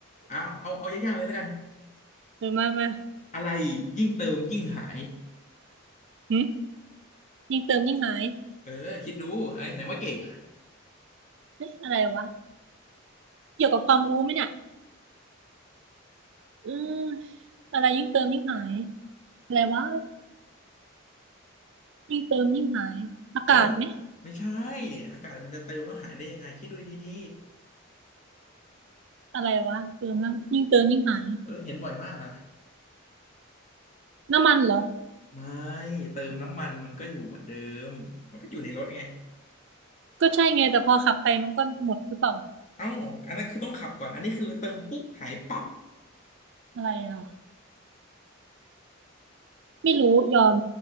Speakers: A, on the left; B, on the right.
A: เอาเอาเอายากๆเลยแล้วกัน
B: เออมามา
A: อะไรยิ่งเติมยิ่งหาย
B: หึยิ่งเติมยิ่งหาย
A: เออคิดดูไอ้ยไหนว่าเก่งอ่ะ
B: เฮ้ยอะไรวะเกี่ยวกับความรู้ไหมเนี่ยอืมอะไรยิ่งเติมยิ่งหายอะไรวะ ยิ่งเติมยิ่งหายอากาศไหม
A: เออไม่ใช่อากาศมันจะเติมแล้วหายได้ยังไงคิดดูดี
B: อะไรวะเติมแล้วยิ่งเติมยิ่งหาย
A: ๆเออเห็นบ่อยมากอ่ะ
B: น้ำมันเหรอ
A: ไม่เติมน้ำมันมันก็อยู่เหมือนเดิมมันก็อยู่ในรถไง
B: ก็ใช่ไงแต่พอขับไปมันก็หมดหรือเปล่า
A: เอ้าอันนั้นคือต้องขับก่อน อันนี้คือเติมปุ๊บหายปั๊บ
B: อะไรอ่ะไม่รู้ยอม